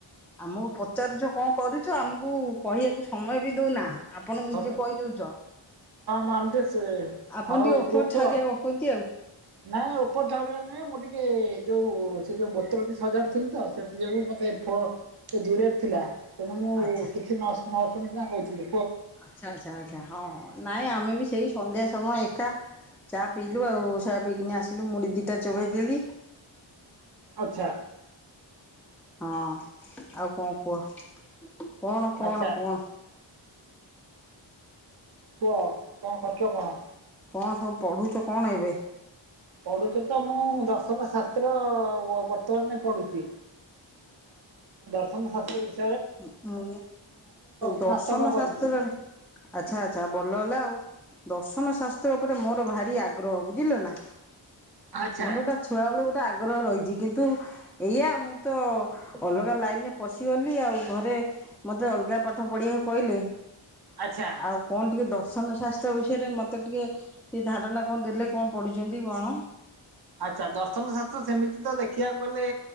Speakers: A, in the centre; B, on the right.
A: ଆମକୁ ପଚାରୁଛ କଣ କରୁଛ ଆମକୁ କହିବାକୁ ସମୟ ବି ଦଉନା। ଆପଣ
B: ହଁ
A: ନିଜେ କହିଦଉଛ।
B: ମାନନ୍ତି ସେ
A: ଆପଣ
B: ହଉ
A: ଟିକେ ଓପର
B: କୁହ
A: ଠାଉରିଆ
B: କୁହ
A: ଗପନ୍ତି ଆଉ।
B: ନାଇଁ ଉପର ଠାଉରିଆ ନୁହେଁ ମୁଁ ଟିକେ ଟିକେ ଯୋଉ ସେ ଯୋଉ ବୋତଲଟି ସଜାଡୁଥିଲି ତ ସେଥି ଯୋଗୁ ମତେ ଦୂରେରେ ଥିଲା। ତେଣୁ ମୁଁ
A: ଆଚ୍ଛା।
B: କିଛି ନ ନାଁ ଅସୁବିଧା ହଉଥିଲେ।
A: ଆଚ୍ଛା ଆଛା ଆଚ୍ଛା ହଁ ନାଇଁ ଆମେ ବି ସେଇ ସନ୍ଧ୍ୟା ସମୟ ଏକା ଚା ପିଇଲୁ ଆଉ ସହା ପିଇକିନି ଆସିଲୁ ମୁଢ଼ି ଦିଟା ଚୋବେେଇଦଲି
B: ଆଚ୍ଛା।
A: ହଁ ଆଉ କଣ କୁହ? କଣ କଣ
B: ଆଚ୍ଛା
A: କଣ?
B: କୁହ କଣ ଖର୍ଚ୍ଚ କଣ?
A: କଣ ସବୁ ପଢ଼ୁଛ କଣ ଏବେ
B: ପଢୁଛ ତ ମୁଁ ଦର୍ଶନ ଶାସ୍ତ୍ର ବର୍ତ୍ତମାନ ପଢୁଛି। ଦର୍ଶନ ଶାସ୍ତ୍ର ବିଷ
A: ଉ
B: ସ୍ନାତକ
A: ଦର୍ଶନ
B: କରୁଛି।
A: ଶାସ୍ତ୍ରରେ ଆଚ୍ଛା ଆଚ୍ଛା ଭଲ ହେଲା ଆଉ। ଦର୍ଶନ ଶାସ୍ତ୍ର ଉପରେ ମୋର ଭାରି ଆଗ୍ରହ ବୁଝିଲ ନା।
B: ଆଚ୍ଛା
A: ମନୁଟା ଛୁଆ ବେଳୁ ଗୋଟେ ଆଗ ଆଗ୍ରହ ରହିଛି କିନ୍ତୁ ଏଇଆ ମୁଁ ତ ଅଲଗା ଲାଇନରେ ପଶିଗଲି ଆଉ ଘରେ ମତେ ଅଲଗା ପାଠ ପଢିବାକୁ କହିଲେ
B: ଆଚ୍ଛା।
A: ଆଉ କଣ ଟିକେ ଦଶ ଦର୍ଶନ ଶାସ୍ତ୍ର ବିଷୟରେ ମତେ ଟିକେ ଧାରଣା କଣ ଧାରଣା ଟିକେ ଦେଲେ କଣ ପଢ଼ିଛନ୍ତି କଣ?
B: ଆଚ୍ଛା ଦର୍ଶନ ଶାସ୍ତ୍ର ସେମିତି ତ ଦେଖିବାକୁ ଗଲେ